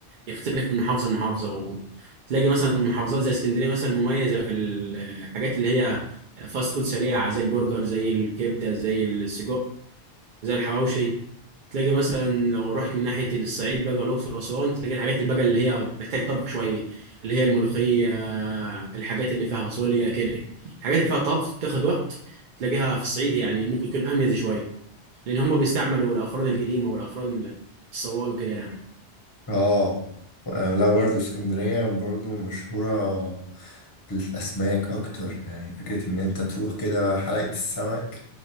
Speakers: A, on the right; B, on the left.
A: يختلف من محافظه لمحافظه وتلاقي مثلا محافظات زي اسكندريه مثلا مميزه في الحاجات اللي هي فاست فود سريعه زي البرجر زي الكبده زي السجق زي الحواوشي تلاقي مثلا لو رحت من ناحية الصعيد بقى والأقصر وأسوان تلاقي الحاجات اللي بقى اللي هي محتاج طبخ شوية اللي هي الملوخية الحاجات اللي فيها فاصوليا كده الحاجات اللي فيها طبخ بتاخد وقت تلاقيها في الصعيد يعني ممكن تكون أميز شوية لأن هم بيستعملوا الأفراد القديمة والأفراد الصوان وكده يعني
B: اه لا برضه اسكندرية برضه مشهورة الأسماك أكتر يعني فكرة إن أنت تروح كده حلقة السمك